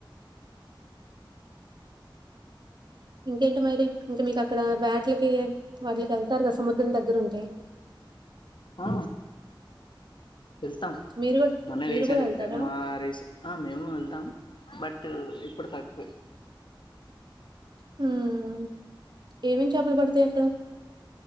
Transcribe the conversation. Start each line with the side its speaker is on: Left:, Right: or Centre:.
Right: ఇంకేంటి మరి ఇంకా మీకక్కడ వేటలకి వాటికి వెళ్తారు కదా సముద్రం దగ్గరుంటే
Left: ఆ, వెళ్తాం
Right: మీరు గూడా
Left: మొన్న
Right: మీరు
Left: రేసెంట్
Right: గూడా ఎళ్తారా?
Left: ఆ మా రేసెం ఆహ్ మేము వెళ్తాం బట్ ఇప్పుడు తక్కువే
Right: హుం ఏమేమి చేపలు పడతాయి అక్కడ